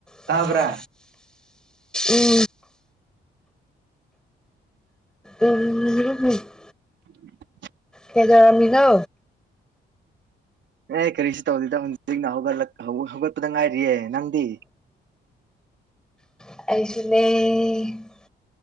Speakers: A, in the centre; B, on the right (about 65°).
A: ꯁꯥꯕ꯭ꯔꯥ
B: ꯇꯥꯕ꯭ꯔꯥ
A: ꯎꯝ ꯎꯝ
B: <unintelligible>
A: ꯀꯩꯗꯧꯔꯝ ꯃꯤꯅꯣ
B: ꯑꯦ ꯀꯔꯤꯁꯨ ꯇꯧꯗꯦꯗ ꯍꯧ ꯍꯧꯖꯤꯛꯅ ꯍꯧꯒꯠꯂꯛ ꯍꯧꯒꯠꯄꯗ ꯉꯥꯏꯔꯤꯌꯦ ꯅꯪꯗꯤ
A: ꯑꯩꯁꯨꯅꯦ